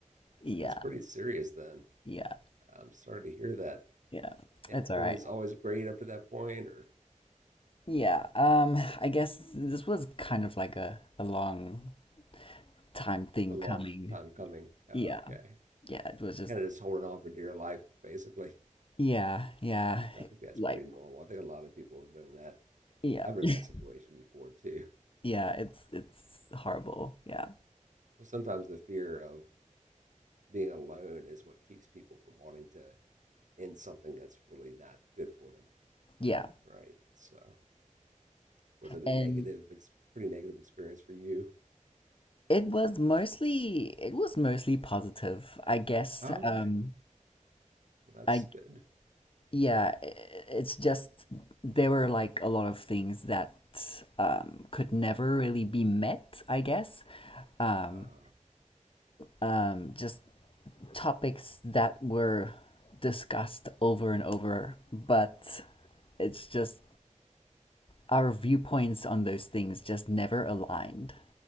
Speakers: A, on the right (about 70°); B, on the left (about 45°).
A: that's
B: Yeah,
A: that's pretty serious then.
B: yeah,
A: I'm sorry to hear that.
B: yeah.
A: It
B: It's all
A: it
B: right.
A: was always great up to that point, or
B: Yeah. Um, I guess this was kind of like a a long time thing
A: a long
B: coming.
A: time coming. Uh,
B: Yeah,
A: okay,
B: yeah. It was just
A: kind of just holding on for dear life, basically.
B: yeah, yeah.
A: I think that's
B: Like
A: pretty normal. I think a lot of people have been in that.
B: yeah,
A: I've been
B: <laughs>
A: in that situation before too.
B: yeah. It's it's horrible. Yeah,
A: Well, sometimes the fear of being alone is what keeps people from wanting to end something that's really not good for them,
B: yeah,
A: right? So, was it a
B: yeah.
A: negative, ex- pretty negative experience for you?
B: It was mostly it was mostly positive, I guess.
A: Oh, okay.
B: Um,
A: Well, that's
B: I
A: good.
B: yeah, i- it's just there were like a lot of things that um could never really be met, I guess. Um,
A: Uh,
B: um, just topics that were discussed over and over, but it's just our viewpoints on those things just never aligned.